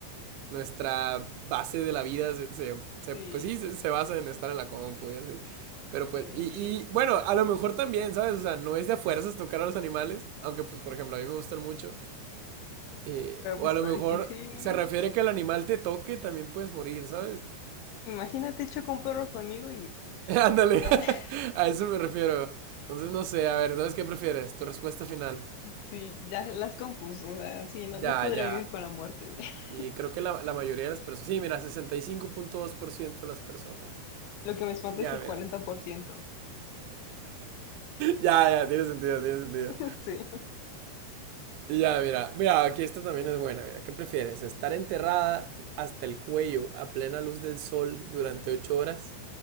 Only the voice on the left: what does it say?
Sí,
y
todo eso
sí.
Pero
pues
está
difícil.
Imagínate, choca un perro conmigo y
ya. <laughs>
Sí, ya las compuso. O sea, sí, no,
no podría
vivir con la muerte. <laughs>
Lo que me espanta
es el
cuarenta
por ciento
<laughs> Sí.